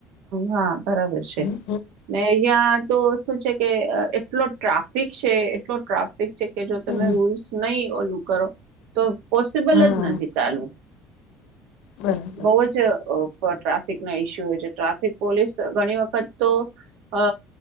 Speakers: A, on the right; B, on the left.
A: હા બરાબર છે.
B: હમ
A: ત્યાં તો શું છે કે અ એટલો ટ્રાફિક છે એટલો ટ્રાફિક છે. કે જો તમે
B: હમ
A: રૂલ્સ નહી ઓલું કરો તો પોસિબલ
B: હા
A: જ નથી ચાલુ.
B: બરાબર
A: બઉ જ ટ્રાફિક ના ઇસ્યુ હોય છે ટ્રાફિક પોલીસ ઘણી વખત તો અ